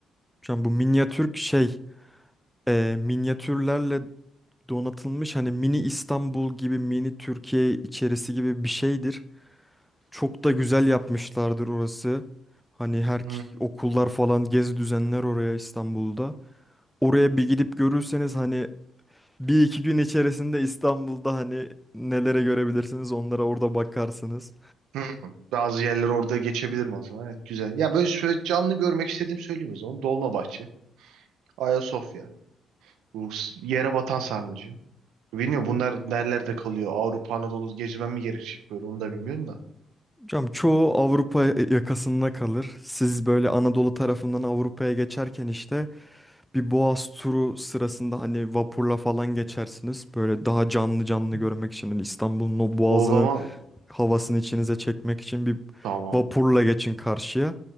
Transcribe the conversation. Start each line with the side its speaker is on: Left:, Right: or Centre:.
Centre: Şu an bu minyatürk şey e, minyatürlerle donatılmış hani mini İstanbul gibi mini Türkiye içerisi gibi bir şeydir. Çok da güzel yapmışlardır orası. Hani her
Right: Hmm.
Centre: k- okullar falan gezi düzenler oraya İstanbul'da. Oraya bir gidip görürseniz hani bir iki gün içerisinde İstanbul'da hani nelere görebilirsiniz onlara orada bakarsınız.
Right: Hmm. Bazı yerler orada geçebilirim o zaman. Evet güzel. Ya böyle şöyle canlı görmek istediğim söyleyeyim o zaman. Dolmabahçe. Ayasofya. Bu s- yere batan sarnıcı. Bilmiyorum bunlar nerelerde kalıyor. Avrupa Anadolu gezmem mi gerekecek böyle onu da bilmiyorum da.
Centre: Hocam çoğu Avrupa yakasında kalır. Siz böyle Anadolu tarafından Avrupa'ya geçerken işte bir Boğaz turu sırasında hani vapurla falan geçersiniz. Böyle daha canlı canlı
Right: Hı.
Centre: görmek için hani İstanbul'un o boğazının
Right: O zaman
Centre: havasını içinize çekmek için bir
Right: tamam.
Centre: vapurla geçin karşıya.